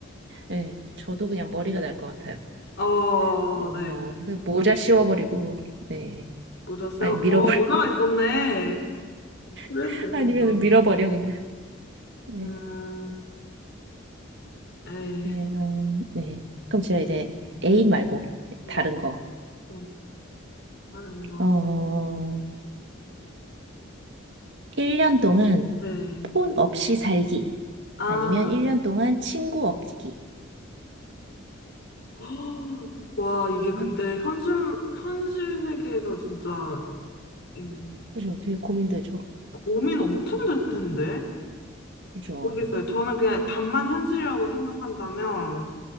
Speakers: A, on the right; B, on the left.
A: 네. 저도 그냥 머리가 날 것 같아요.
B: 어,
A: 어,
B: 네.
A: 그냥 모자 씌워버리고. 네.
B: 모자 써요?
A: 아니, 밀어버려.
B: 어, 모자가 있었네. 그래도
A: <laughs>
B: 되겠네요.
A: 아니면 밀어버려, 그냥. 네.
B: 음, 에이.
A: 네, 음, 네. 그럼 제가 이제 애인
B: 네,
A: 말고
B: 네.
A: 다른 거.
B: 음, 다른 거.
A: 어,
B: 음,
A: 1년 동안
B: 네.
A: 폰 없이 살기.
B: 아,
A: 아니면 1년 동안 친구 없기.
B: <gasps> 와, 이게 근데
A: 음,
B: 현실, 현실 세계에서 진짜 이
A: 그죠? 되게 고민되죠?
B: 고민 엄청 될 텐데?
A: 그죠?
B: 모르겠어요. 저는 그냥 반만 현실이라고 생각한다면,